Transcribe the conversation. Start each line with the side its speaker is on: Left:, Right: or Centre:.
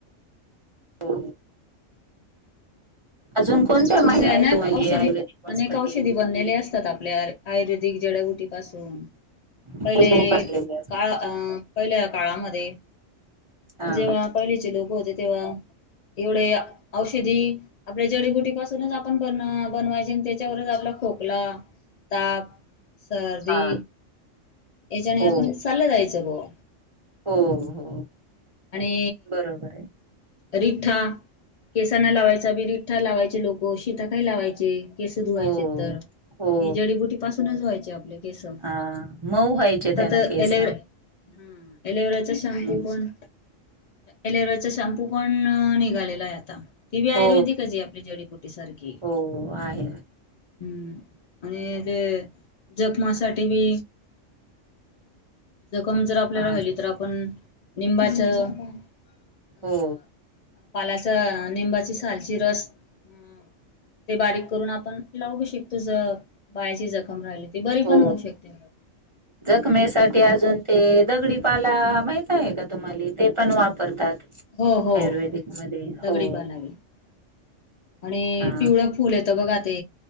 Right: हो अजून कोणत्या माहिती
Left: असे
Right: आहे
Left: अनेक
Right: तुम्हाला
Left: औषधी
Right: आयुर्वेदिक वनस्पती?
Left: अनेक औषधी बनलेले असतात आपल्या आयुर्वेदिक जड्या बु टी पासून,
Right: हो
Left: पहिले
Right: बनलेले असतात
Left: काळ अं पहिले काळामध्ये,
Right: हा
Left: जेव्हा पहिलीचे लोकं होते तेव्हा एवढे औषधी आपल्या जडीबुटी पासून आपण बन बनवायचे त्याच्यावरच आपला खोकला ताप, सर्दी
Right: हा
Left: याच्याने
Right: हो
Left: आपण चाल्लं जायचं बॉ.
Right: हो हो
Left: आणि
Right: बरोबर आहे
Left: रिठ्ठा, केसांना लावायचा बी रिठ्ठा लावायचे लोक हो, शिकाकाई लावायचे केस धुवायचे
Right: हो
Left: तर,
Right: हो
Left: ही जडीबुटी पासूनच धुवायचे आपले केसं,
Right: हा मऊ व्हायचे
Left: आता
Right: त्यानं
Left: तर
Right: केस.
Left: एलेवे हं, एलेवेराचा शाम्पू
Right: हम्म.
Left: पण एलेवेरचा शॅम्पू पण अ निघालेला आहे आता. ती बी
Right: हो
Left: आयुर्वेदिकच ये आपली जडीबुटी सारखी.
Right: हो आहे
Left: हम्म आणि ते जखमासाठी बी जखम जर आपल्या
Right: हा
Left: राहिली तर आपण निंबाचं अ
Right: हो
Left: पालाचा निंबाची सालची रस अं ते बारीक करून आपण लावू बी श तुझं पायाची जखम राहिली ती बरी
Right: हो
Left: पण होऊ शकते
Right: जखमेसाठी अजून ते दगडीपाला माहित आहे का तुम्हाले? ते पण वापरतात.
Left: हो हो
Right: आयुर्वेदिक मधे
Left: दगडी
Right: हो.
Left: पालावी आणि
Right: हा
Left: पिवळं फुल येतं बघा ते